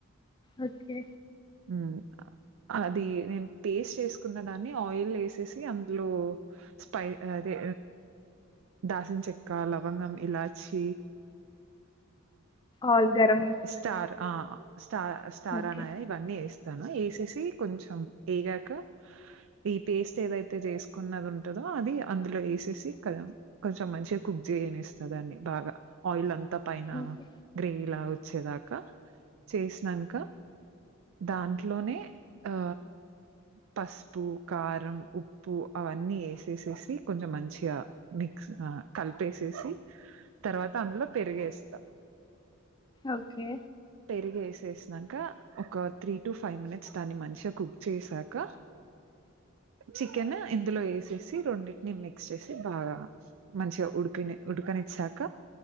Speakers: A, on the left (about 20°); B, on the right (about 65°).
A: ఓకే
B: ఉమ్మ్ అది నేను పేస్ట్ చేసుకున్న దాన్ని ఆయిల్ ఎసేసి అందులో స్పై అదే దాసిన చెక్క లవంగం ఇలాచి
A: ఆల్ గరం మసాలా
B: స్టార్ ఆ స్టార్ స్టార్
A: ఓకే
B: అన్నాయా ఇవన్నీ వేసి తను ఎసేసి కొంచెం ఎగాక ఈ పేస్ట్ ఏదైతే చేసుకున్నది ఉంటందో అది అందులో యేసేసి కద కొంచెం మంచిగా కుక్ చేయనిస్తందన్ని బాగా ఆయిల్ అంతా పైన
A: ఓకే
B: గ్రేవీ వచ్చేదాకా చేసినాంక దాంట్లోనే ఆ పసుపు కారం ఉప్పు అవన్నీ ఏసేసేసి కొంచెం మంచిగా మిక్స్ ఆ కలిపేసేసి తర్వాత అందులో పెరిగేస్తాం
A: ఓకే
B: పెరిగి ఏసేసినం కా ఒక త్రీ టు ఫైవ్ మినిట్స్ దాన్ని మంచిగా కుక్ చేసాక చికెన్ ఇందులో వేసేసి రెండింటిని మిక్స్ చేసి బాగా మంచిగా ఉడికిని ఉడుకనిచ్చాక